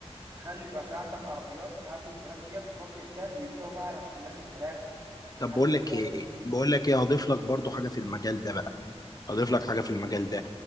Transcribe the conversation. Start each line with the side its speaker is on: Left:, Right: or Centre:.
Right: خلي يبقى في عندك عربيات بتعبي الفراخ دي في خط انتاج ويبيعوا بقى على محلات الفراخ محلات
Left: طب بقول لك ايه
Right: اللحم
Left: بقول لك ايه هضيف لك برضو حاجة في المجال ده بقى اضيف لك حاجه في المجال ده